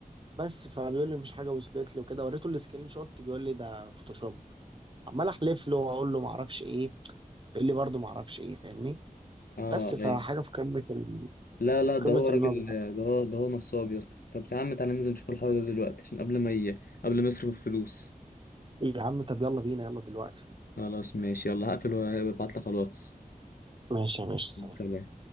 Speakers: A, on the right; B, on the left.
A: بس فبيقول لي مفيش حاجه وصلت لي وكده وريته السكرين شوت بيقول لي ده فوتوشوب عمال احلف له واقول له ما اعرفش ايه بيقول لي برضه ما اعرفش ايه فاهمني
B: اه
A: بس فحاجه
B: ايوه
A: في قمه ال...
B: لا
A: يعني
B: لا ده
A: قمه
B: هو راجل
A: النصب
B: ده هو ده هو نصاب يا اسطى طب يا عم تعالى ننزل نشوف الحوار ده دلوقتي عشان قبل ما ي... قبل ما يصرف الفلوس
A: يا عم طب يلا بينا يلا دلوقتي
B: خلاص ماشي يلا هقفل وابعت لك على الواتس
A: ماشي يا باشا سلام
B: سلام